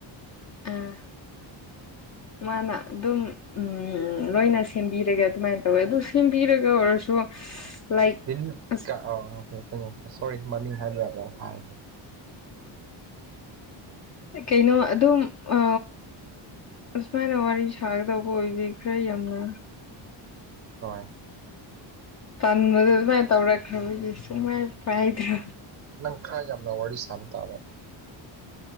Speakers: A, on the left; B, on the right.
A: ꯑ ꯃꯥꯅ ꯑꯗꯨꯝ ꯎꯝ ꯂꯣꯏꯅ ꯁꯦꯝꯕꯤꯔꯒ ꯑꯗꯨꯃꯥꯏꯅ ꯇꯧꯋꯦ ꯑꯗꯨ ꯁꯦꯝꯕꯤꯔꯒ ꯑꯣꯏꯔꯁꯨ ꯂꯥꯏꯛ
B: ꯗꯥꯏꯂꯤꯞ
A: ꯑꯁ
B: ꯀꯥ ꯑꯥ ꯁꯣꯔꯤ ꯃꯃꯤꯡ ꯍꯥꯏꯕ ꯌꯥꯒꯦ ꯍꯥꯏꯁꯦ
A: ꯑ ꯀꯩꯅꯣ ꯑꯗꯨꯝ ꯑ ꯑꯁꯨꯃꯥꯏꯅ ꯋꯥꯔꯤ ꯁꯥꯒꯗꯧꯕ ꯑꯣꯏꯕꯤ ꯈꯔ ꯌꯥꯝꯅ
B: ꯍꯣꯏ
A: ꯄꯟꯕꯗꯣ ꯑꯗꯨꯃꯥꯏꯅ ꯇꯧꯔꯛꯈ꯭ꯔꯕꯒꯤ ꯁꯨꯡꯃꯥꯏ ꯄꯥꯏꯗ꯭ꯔꯣ
B: ꯅꯪ ꯈꯥꯏ ꯌꯥꯝꯅ ꯋꯥꯔꯤ ꯁꯥꯝ ꯇꯥꯕ